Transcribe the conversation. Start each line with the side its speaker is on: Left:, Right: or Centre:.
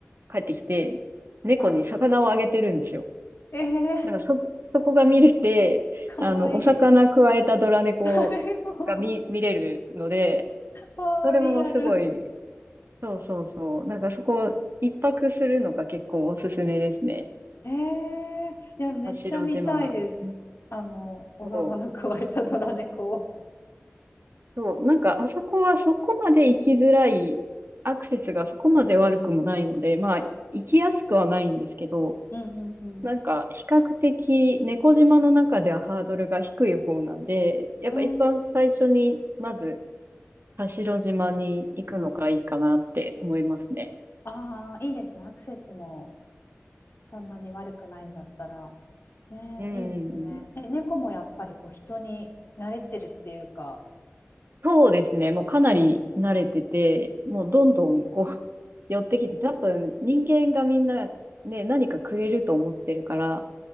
Right: 帰ってきて、猫に魚をあげてるんですよ。
Left: ああ、ええー、
Right: なんかそ、そこが見れて、
Left: かわいい。
Right: あの、お魚くわえたドラ猫が見、
Left: <laughs> 誰も、
Right: 見れるので、
Left: わあ、
Right: それもすごい、
Left: リアル。
Right: そうそうそう。なんかそこ、一泊するのが結構おすすめですね。
Left: ええいや、めっちゃ見たいです。
Right: 田代島は。うん。
Left: あの、お魚くわえたドラ猫を。
Right: そう。そう。なんかあそこはそこまで行きづらい、アクセスがそこまで悪くもないので、まあ、行きやすくはないんですけど、
Left: うんうん
Right: なんか、比較的、猫島の中ではハードルが低い方なんで、やっぱ一番最初に、
Left: うん。うん。
Right: まず、田代島に行くのがいいかなって思いますね。
Left: ああ、いいですね。アクセスもそんなに悪くないんだったら。ねえ、
Right: うんうんうん。
Left: いいですね。え、猫もやっぱりこう人に慣れてるっていうか。
Right: そうですね。もうかなり慣れてて、もうどんどんこう <laughs> 寄ってきて、多分人間がみんなね、何かくれると思ってるから、